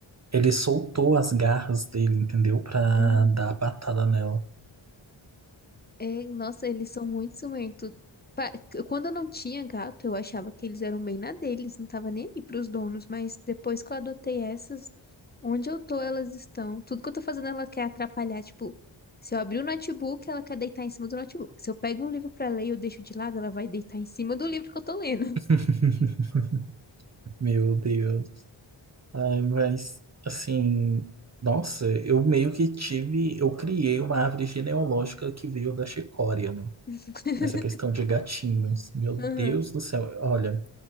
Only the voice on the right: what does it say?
ele soltou as garras dele, entendeu? Pra
dar a patada nela.
<laughs> Meu Deus. Ai, mas, assim, nossa, eu meio que tive, eu criei uma árvore genealógica que veio da Chicória, né?
Nessa questão de gatinhos. Meu
Deus do céu. Olha.